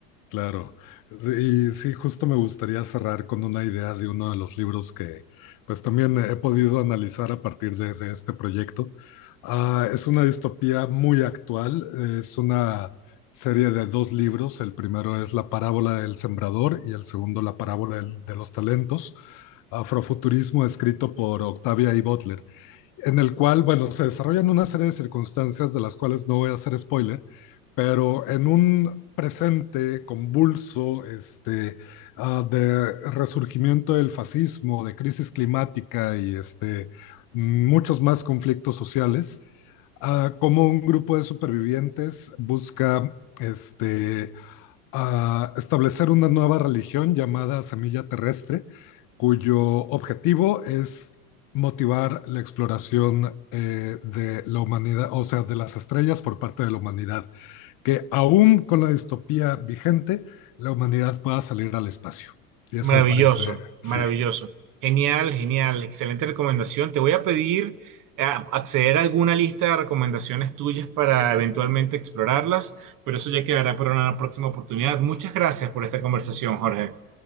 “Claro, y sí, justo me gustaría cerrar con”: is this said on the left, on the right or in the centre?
Left